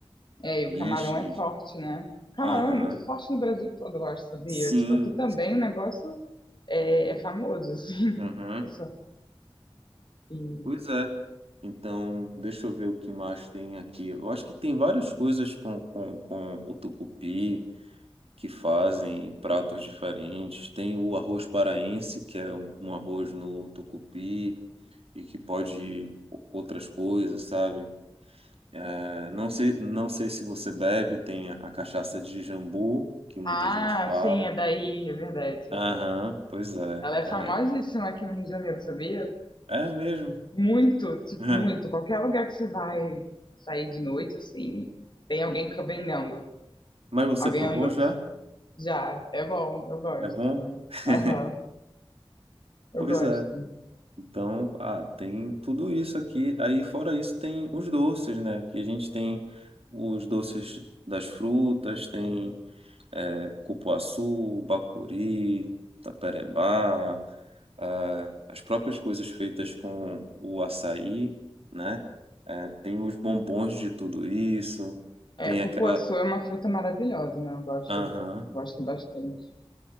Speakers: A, on the left (about 50°); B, on the right (about 75°).
A: É, e
B: peixe.
A: o camarão é forte, né? O Camarão
B: Aham.
A: é muito forte no Brasil todo, eu acho, sabia?
B: Sim.
A: Tipo, aqui também o negócio é, é famoso, assim.
B: Aham.
A: <laughs> Só que-
B: Pois é. Então, deixa eu ver o que mais tem aqui. Eu acho que tem várias coisas com, com, com o tucupi que fazem pratos diferentes. Tem o arroz paraense, que é um, um arroz no tucupi e que pode outras coisas, sabe? É, não sei, não sei se você bebe, tem a cachaça de jambu, que muita
A: Ah,
B: gente fala.
A: sim, é daí, é verdade.
B: Aham, pois é.
A: Ela é
B: É,
A: famosíssima aqui no Rio de Janeiro, sabia?
B: é mesmo.
A: Muito, tipo,
B: <laughs>
A: muito. Qualquer lugar que você vai sair de noite, assim, tem alguém que fica vendendo.
B: Mas você
A: Alguém
B: provou
A: anda.
B: já?
A: Já, é bom, eu gosto
B: É bom?
A: também.
B: <laughs>
A: Aham, eu
B: Pois
A: gosto.
B: é. Então, ah, tem tudo isso aqui. Aí, fora isso, tem os doces, né? Que a gente tem os doces das frutas, tem é, cupuaçu, bacuri, taperebá. ah, as próprias coisas feitas com o açaí, né? Eh, tem os bombons de tudo isso,
A: É,
B: tem
A: cupuaçu
B: aquela.
A: é uma fruta maravilhosa, né? Eu gosto,
B: Aham.
A: gosto bastante.